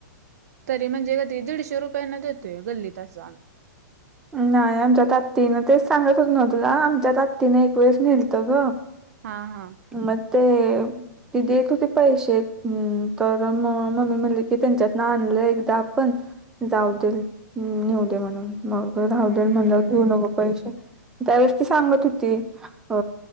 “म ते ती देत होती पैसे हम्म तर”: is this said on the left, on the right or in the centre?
Centre